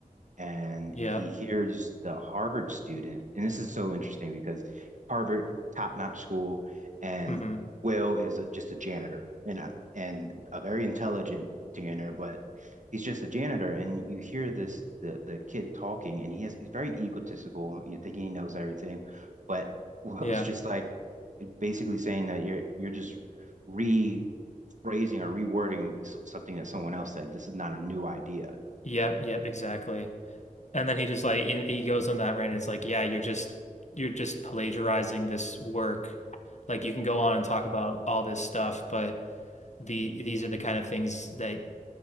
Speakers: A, on the right (about 60°); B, on the left (about 55°).
A: and
B: yep,
A: he hears the Harvard student, and this is so interesting because Harvard, top-notch school, and
B: mm-hmm,
A: Will is a, just a janitor and a, and a very intelligent janitor, but he's just a janitor. And you hear this the the kid talking, and he has he's very egotistical, you know, thinking he knows everything, but <laughs> Will's
B: yep,
A: just like basically saying that you're you're just rephrasing or rewording something that someone else said. This is not a new idea.
B: yep, yep, exactly. And then he just like in, he goes on that rant. It's like, yeah, you're just you're just plagiarizing this work. Like you can go on and talk about all this stuff, but the these are the kind of things that